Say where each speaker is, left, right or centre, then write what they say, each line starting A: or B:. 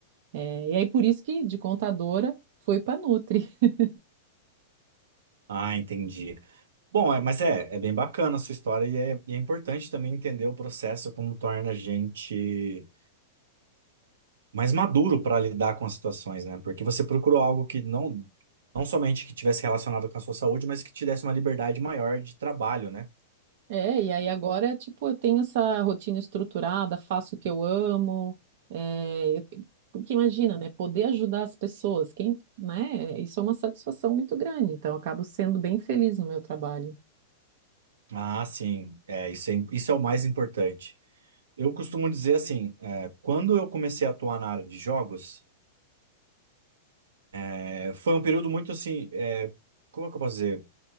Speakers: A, on the right; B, on the right.
A: É, e aí por isso que de contadora foi para Nutri. <laughs>
B: Ah, entendi. Bom, é, mas é, é bem bacana a sua história e é, e é importante também entender o processo, como torna a gente mais maduro para lidar com as situações, né? Porque você procurou algo que não, não somente que tivesse relacionado com a sua saúde, mas que te desse uma liberdade maior de trabalho, né?
A: É, e aí agora, tipo, eu tenho essa rotina estruturada, faço o que eu amo, é, eu- porque imagina, né, poder ajudar as pessoas, quem, né, isso é uma satisfação muito grande, então eu acabo sendo bem feliz no meu trabalho.
B: Ah, sim, é, isso é, isso é o mais importante. Eu costumo dizer assim, é, quando eu comecei a atuar na área de jogos, é, foi um período muito assim, é, como é que eu posso dizer?